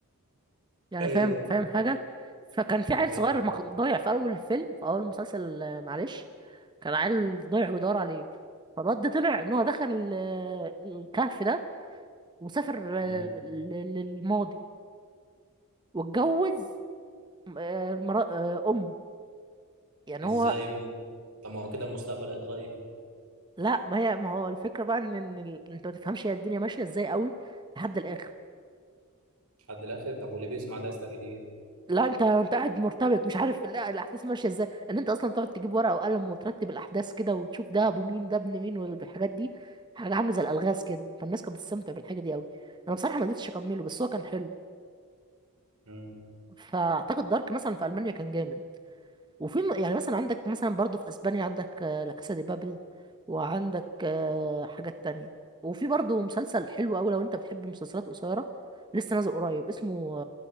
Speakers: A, on the right; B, on the right.
A: يعني
B: ايوه
A: فاهم فاهم حاجة فكان في عيل
B: ايوه
A: صغير مخ- ضايع في أول الفيلم في أول المسلسل آه، معلش كان عيل ضايع ويدور عليه فالواد ده طلع إن هو دخل ال- آه، الكهف ده وسافر
B: امم
A: آه، لل- للماضي واتجوز آه، المرا- آه، أمه يعني
B: ازاي
A: هو
B: بقى طب ما هو كده المستقبل هيتغير
A: لا ما هي ما هو الفكرة بقى إن إن ال- أنت ما تفهمش هي الدنيا ماشية إزاي قوي لحد الآخر
B: لحد الاخر طب واللي بيسمع ده يستفيد ايه
A: لا انت انت قاعد مرتبك مش عارف لا الاحداث ماشيه ازاي ان انت اصلا تقعد تجيب ورقه وقلم وترتب الاحداث كده وتشوف ده ابو مين ده ابن مين والحاجات دي حاجه عامله زي الالغاز كده فالناس كانت بتستمتع بالحاجه دي قوي انا بصراحه ما قدرتش اكمله بس هو كان حلو
B: امم
A: فاعتقد دارك مثلا في المانيا كان جامد وفي م- يعني مثلا عندك مثلا برضه في اسبانيا عندك آه، لا كاسا دي بابل وعندك آه، حاجات تانية وفي برضه مسلسل حلو قوي لو انت بتحب مسلسلات قصيره لسه نازل قريب اسمه